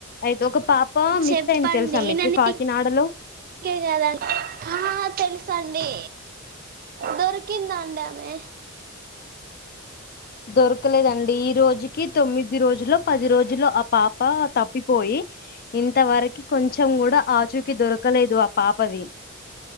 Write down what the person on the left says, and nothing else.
అయితే ఒక పాప మిస్
అయింది తెలుసా మీకు
కాకినాడలో.
దొరకలేదండి. ఈ రోజుకి తొమ్మిది రోజులో పది రోజులో ఆ పాప తప్పిపోయి ఇంతవరకి కొంచెం కూడా ఆచూకి దొరకలేదు ఆ పాపది.